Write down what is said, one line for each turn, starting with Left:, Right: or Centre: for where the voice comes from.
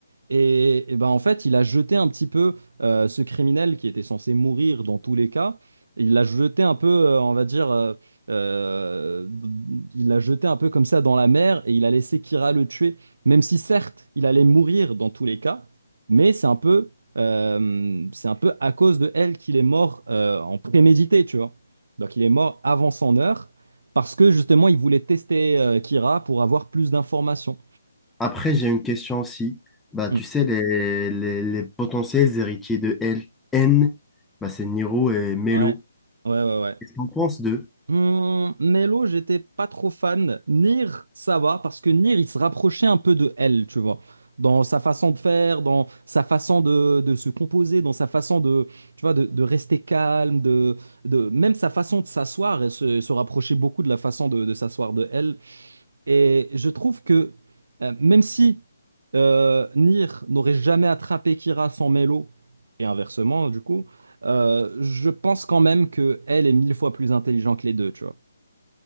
Right: Et, et ben en fait, il a jeté un petit peu euh, ce criminel qui était censé mourir dans tous les cas. Il l'a jeté un peu, euh, on va dire. euh, euh, il l'a jeté un peu comme ça dans la mer et il a laissé Kira le tuer, même si certes il allait mourir dans tous les cas, mais c'est un peu, euh, c'est un peu à cause de elle qu'il est mort euh, en prémédité, tu vois. Donc il est mort avant son heure parce que justement il voulait tester euh, Kira pour avoir plus d'informations.
Centre: Après, j'ai une question aussi. Bah,
Right: Hmm.
Centre: tu sais, les, les, les potentiels héritiers de L, N, bah, c'est Niro et Melo.
Right: Ouais, ouais, ouais, ouais.
Centre: Qu'est-ce qu'on pense d'eux?
Right: Hum, Melo, j'étais pas trop fan. Nier, ça va, parce que Nier, il se rapprochait un peu de elle, tu vois. Dans sa façon de faire, dans sa façon de, de se composer, dans sa façon de, tu vois, de, de rester calme, de, de, même sa façon de s'asseoir, elle se, se rapprochait beaucoup de la façon de, de s'asseoir de elle. Et je trouve que, euh, même si euh, Nier n'aurait jamais attrapé Kira sans Melo, et inversement, du coup, euh, je pense quand même que elle est mille fois plus intelligente que les deux, tu vois.